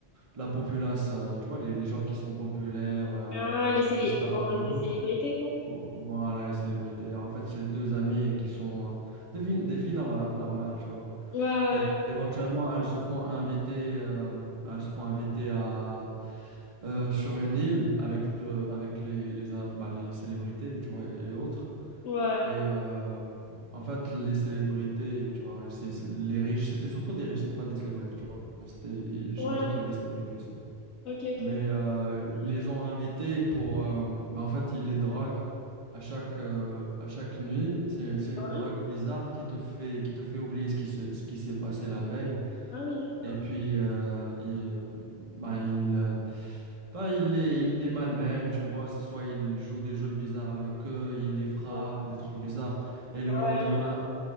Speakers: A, on the right; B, on the left.
A: la populace, euh, tu vois, les, les gens qui sont populaires, euh,
B: Ah, les célé...
A: les stars
B: bon,
A: et autres.
B: les célébrités, quoi.
A: Vo- Voilà, les célébrités. En fait, c'est deux amis qui sont euh, des, vi- des filles nor- normales, tu vois.
B: Ouais, ouais,
A: Et éventuellement, elles se font inviter, euh, elles se font inviter à, euh, sur une île avec, euh, avec les, les, euh, bah, les célébrités, tu vois, et, et autres.
B: ouais.
A: Et euh, en fait, les célébrités, tu vois, et c'est, c'est- les riches, c'était surtout des riches, c'était pas des célébrités, tu vois. mais C'était, j'imagine
B: Ouais,
A: qu'il y avait des célébrités aussi.
B: ok, ok.
A: Mais euh, ils les ont invités pour, euh, bah, en fait, ils les droguent à chaque, euh, à chaque nuit. C'est, c'est
B: Ouais.
A: une drogue bizarre qui te fait, qui te fait oublier ce qui s'est, ce qui s'est passé la veille.
B: Ah oui, d'accord.
A: Et puis, euh, il, euh, bah, il, euh, bah, il les, il les malmène, tu vois. C'est soit il joue des jeux bizarres avec eux, il les frappe,
B: Ouais.
A: des trucs bizarres. Et le
B: Ouais.
A: lendemain,